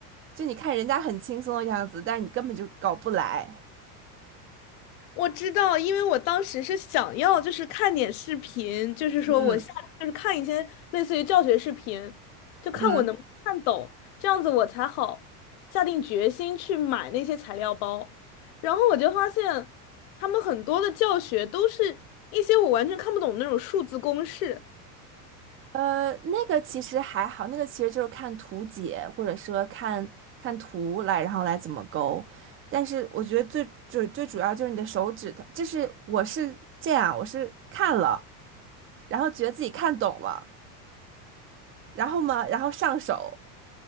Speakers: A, on the right (about 25°); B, on the left (about 60°).
A: 就你看人家很轻松的样子，但是你根本就搞不来。
B: 我知道，因为我当时是想要就是看点视频，就是说我下就是看一些类似于教学视频，
A: 嗯
B: 就看我能不能看懂，
A: 嗯，
B: 这样子我才好下定决心去买那些材料包。然后我就发现，他们很多的教学都是一些我完全看不懂的那种数字公式。
A: 呃，那个其实还好，那个其实就是看图解，或者说看看图来，然后来怎么勾。但是我觉得最最最主要就是你的手指头，就是我是这样，我是看了，然后觉得自己看懂了，然后嘛，然后上手。